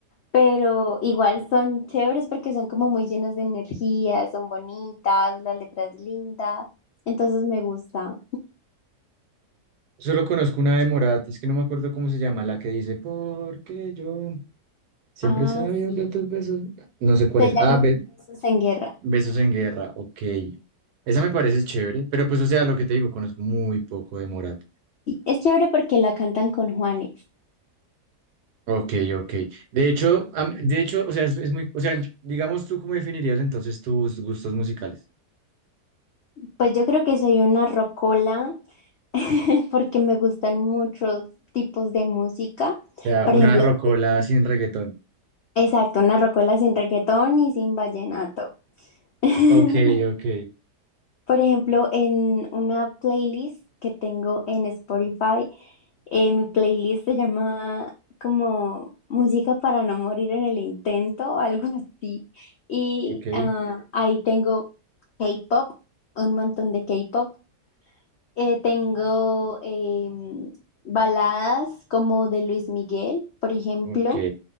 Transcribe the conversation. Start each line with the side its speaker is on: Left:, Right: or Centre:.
Left: Pero igual son chéveres porque son como muy llenas de energía, son bonitas, la letra es linda, entonces me gusta.
Right: Solo conozco una de Morat. Es que no me acuerdo cómo se llama, la que dice, porque yo siempre
Left: Ah,
Right: he sabido
Left: sí,
Right: que tus besos... No sé cuál
Left: se
Right: es.
Left: llama
Right: Ah,
Left: Besos en Guerra.
Right: Besos en guerra, ok. Esa me parece chévere, pero pues, o sea, lo que te digo, conozco muy poco de Morat.
Left: Sí, es chévere porque la cantan con Juanes.
Right: Ok, ok. De hecho, am- de hecho, o sea, es, es muy, o sea, digamos, ¿tú cómo definirías entonces tus gustos musicales?
Left: Pues yo creo que soy una rocola <laughs> porque me gustan muchos tipos de música.
Right: O sea,
Left: Por
Right: una
Left: ejemplo,
Right: rocola
Left: tengo-
Right: sin reggaetón.
Left: exacto, una rocola sin reggaetón y sin vallenato. <laughs>
Right: Ok, ok,
Left: Por ejemplo, en una playlist que tengo en Spotify. Eh, mi playlist se llama como Música para no morir en el intento <laughs> o algo así. Y
Right: ok,
Left: ah, ahí tengo K-pop, un montón de K-pop. Eh, tengo em, baladas como de Luis Miguel, por ejemplo.
Right: ok.